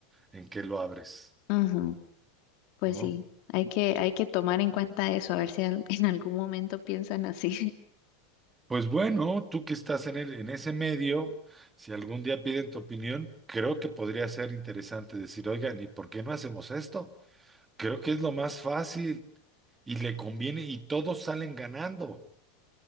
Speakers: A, on the right (about 20°); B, on the left (about 55°).
A: en que lo abres,
B: ujú. Pues
A: ¿no?
B: sí, hay que, hay que tomar en cuenta eso, a ver si al- <laughs> en algún momento piensan así.
A: Pues bueno, tú que estás en el- en ese medio, si algún día piden tu opinión, creo que podría ser interesante decir, oigan, ¿y por qué no hacemos esto? Creo que es lo más fácil y le conviene y todos salen ganando.